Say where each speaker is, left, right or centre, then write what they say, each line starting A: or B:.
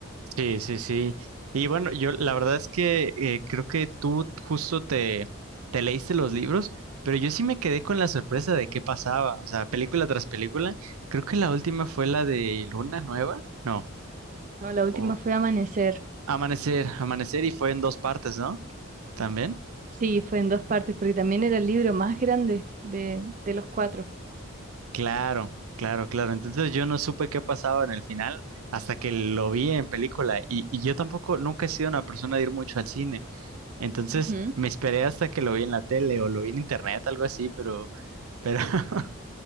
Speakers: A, on the right; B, on the right.
A: Sí, sí, sí. Y bueno, yo la verdad es que eh, creo que tú justo te, te leíste los libros, pero yo sí me quedé con la sorpresa de qué pasaba. O sea, película tras película. Creo que la última fue la de Luna Nueva. No.
B: No, la
A: O
B: última fue Amanecer,
A: Amanecer, Amanecer y fue en dos partes, ¿no? ¿También?
B: sí, fue en dos partes, porque también era el libro más grande de, de los cuatro.
A: Claro, claro, claro. Entonces yo no supe qué pasaba en el final hasta que lo vi en película y, y yo tampoco, nunca he sido una persona de ir mucho al cine. Entonces
B: Ujú.
A: me esperé hasta que lo vi en la tele o lo vi en internet, algo así, pero, pero, <laughs>